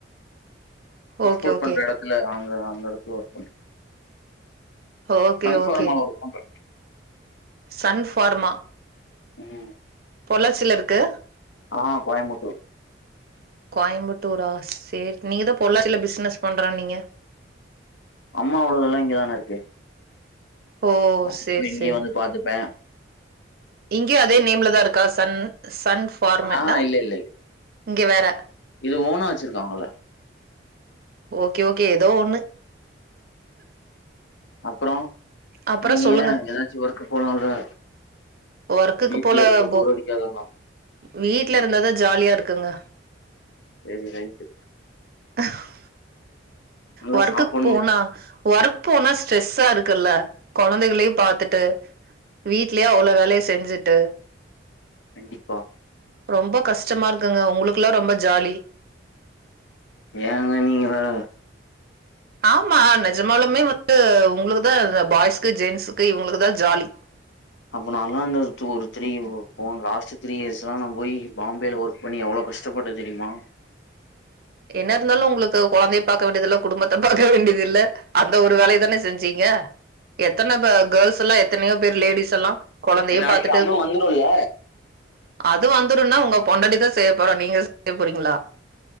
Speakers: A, on the left (about 75°); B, on the right (about 50°).
A: எக்ஸ்போர்ட்
B: ஓகே ஓகே
A: பண்ற இடத்துல அங்க அந்த இடத்துல ஒர்க் பண்ற
B: ஓகே
A: சன் ஃபார்ம்ல
B: ஓகே
A: ஒர்க் பண்ற
B: சன் ஃபார்மா
A: ம்
B: பொள்ளாச்சில இருக்கு
A: ஆ கோயம்புத்தூர்
B: கோயம்புத்தூரா செரி நீங்க தா பொள்ளாச்சில பிசினஸ் பண்றன் நீங்க
A: அம்மா அவுளதெல்லா இங்கதான இருக்கு
B: ஓ
A: அப்
B: சேரி
A: இங்கேயு
B: சேரி
A: வந்து பார்த்துப்பே
B: இங்கேயு அதே நேம்ல தா இருக்கா சன் சன் ஃபார்மட்ன
A: ஆஹா இல்ல இல்ல இல்ல
B: இங்க வேற
A: இது ஓனா வச்சிருக்காங்கள
B: ஓகே ஓகே ஏதோ ஒண்ணு
A: அப்புறோ
B: அப்புறோ
A: நீங்க
B: சொல்லுங்க
A: ஏ ஏதாச்சு ஒர்க்கு போலால
B: ஒர்க்குக்கு
A: வீட்ல
B: போல
A: இருக்க
B: போ
A: போர் அடிக்காதல்லா
B: வீட்ல இருந்தாதா ஜாலியா இருக்குங்க
A: செரி ரைட்டு
B: <inaudible>
A: நல்லா
B: ஒர்க்குக்
A: சாப்புட்ணும்
B: போனா ஒர்க் போனா ஸ்ட்ரெஸ்ஸா இருக்குல்ல கொழந்தைகளையு பாத்துட்டு வீட்லே அவ்ளோ வேலைய செஞ்சுட்டு
A: கண்டிப்பா
B: ரொம்ப கஷ்டமா இருக்குங்க உங்களுக்கல்லா ரொம்ப ஜாலி
A: ஏங்க நீங்க வேற
B: ஆமா நெஜமாலமே வந்து உங்களுக்கு தா பாய்ஸ்க்கு ஜென்ஸ்க்கு இவுங்களுக்கு தா ஜாலி
A: அப்போ நாங்க அந்த ஒரு த்ரீ போன் லாஸ்ட் த்ரீ இயர்ஸ்ல்லா நா போய் பாம்பேல ஒர்க் அப்போ நீ அவ்ளோ கஷ்டப்பட்ட தெரியுமா
B: என்ன இருந்தாலு உங்களுக்கு குழந்தை பாக்க வேண்டியதில்ல குடும்பத்த பாக்க வேண்டியதில்ல அந்த ஒரு வேலைய தானே செஞ்சீங்க எத்தன பே கேர்ள்ஸ் எல்லா எத்தனையோ பேர் லேடிஸ் எல்லா கொழந்தையு
A: என்ன அடுத்து
B: பாத்துட்டு
A: அதுவும் வந்துரும்ல
B: அது வந்துடும்னா உங்க பொண்டடி தா செய்ய போறோ நீங்க செய்ய போறீங்களா